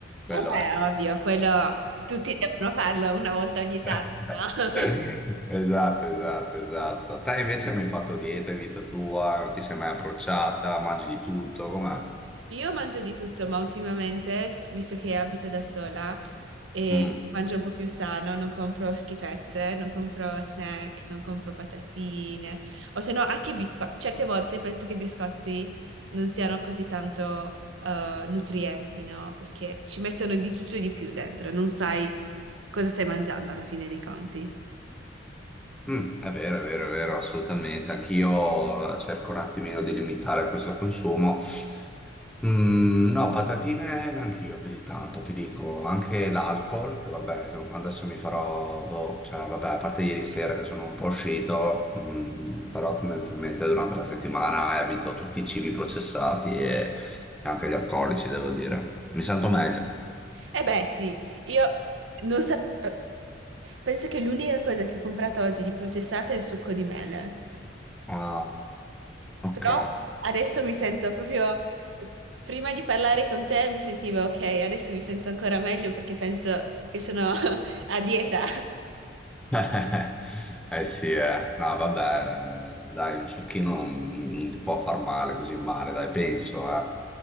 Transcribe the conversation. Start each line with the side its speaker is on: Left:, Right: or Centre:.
Centre: Quello
Right: Eh beh,
Centre: è.
Right: è ovvio, quello tutti devono farlo una volta ogni tanto,
Centre: <laughs>
Right: no? <laughs>
Centre: Esatto, esatto, esatto. Te invece mi hai fatto dieta in vita tua, non ti sei mai approcciata, mangi di tutto, com'è?
Right: Io mangio di tutto, ma ultimamente, s- visto che abito da sola e
Centre: Mm.
Right: mangio un po' più sano, non compro schifezze, non compro snack, non compro patatine, o se no anche biscotti. Certe volte penso che i biscotti non siano così tanto eh, nutrienti, no? Perché ci mettono di tutto e di più dentro, non sai cosa stai mangiando alla fine dei conti.
Centre: Mm, è vero, è vero, è vero, assolutamente. Anch'io eh, cerco un attimino di limitare questo consumo. Mm, no, patatine neanch'io più di tanto, ti dico. Anche l'alcol, che vabbè, insomma, adesso mi farò, boh, cioè, vabbè, a parte ieri sera che sono un po' uscito, mm, però tendenzialmente durante la settimana evito tutti i cibi processati e anche gli alcolici, devo dire. Mi sento meglio.
Right: Eh beh, sì, io non sapevo. penso che l'unica cosa che ho comprato oggi di processata è il succo di mele.
Centre: Ah, ok.
Right: Però adesso mi sento proprio, eh, prima di parlare con te mi sentivo ok, adesso mi sento ancora meglio perché penso che sono <laughs> a dieta.
Centre: <laughs> Eh eh, sì, eh. No, vabbè, eh, dai, un succhino non, non ti può far male così male, dai, penso, eh.